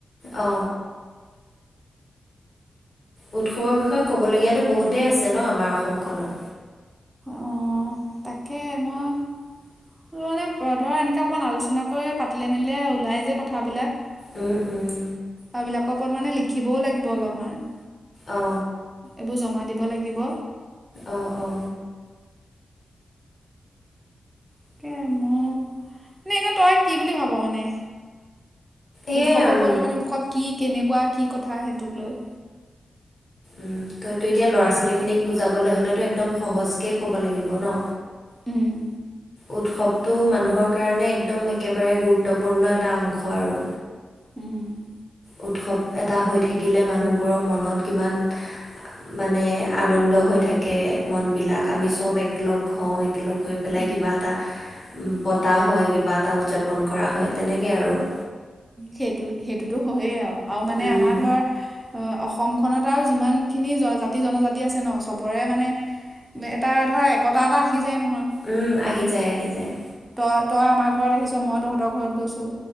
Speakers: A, on the left (about 45°); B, on the right (about 15°).
A: অ উৎসৱৰ বিষয়ে ক'বলগিয়াটো বহুতেই আছে ন আমাৰ অসমখনত।
B: অ তাকে মই তোৰ সেই ধৰ এনেকে অকণমান আলোচনা কৰি পাতিলে মেলিলে ওলাই যে কথাবিলাক।
A: উম-উম।
B: সেইবিলাকৰ ওপৰত মানে লিখিবও লাগিব অলপমান।
A: অ।
B: এইবোৰ জমা দিব লাগিব।
A: অ-অ।
B: তাকে মোৰ নে এনে তই কি বুলি ভাব মানে?
A: এই
B: উৎসৱৰ ওপৰতলৈ
A: উম,
B: মানে উৎসৱ কি কেনেকুৱা কি কথা সেইটোক লৈ।
A: উম তইতো এতিয়া ল'ৰা ছোৱালীখিনিক বুজাবলৈ হ'লেতো একদম সহজকে ক'ব লাগিব ন?
B: উম।
A: উৎসৱটো মানুহৰ কাৰণে একদম একেবাৰে গুৰুত্বপূৰ্ণ এটা অংশ আৰু।
B: উম
A: উৎসৱ এটা হৈ থাকিলে মানুহবোৰৰ মনত কিমান মানে আনন্দ হৈ থাকে মন বিলাক আমি চব একেলগ হওঁ। একেলগ হৈ পেলাই
B: উম
A: কিবা এটা পতা হয় কিবা এটা উদযাপন কৰা হয় তেনেকে আৰু।
B: সেইটো সেইটোত হয়েই আৰু মানে
A: উম,
B: আমাৰ ধৰ অ অসমখনত আৰু যিমান খিনি জাতি জনজাতি আছে ন চবৰে মানে এটা ধৰা একতা এটা আহি যায় নহয়।
A: উম আহি যায়-আহি যায়।
B: তই-তই আমাৰ ঘৰত আহিছ মই তহঁতৰ ঘৰত গৈছো।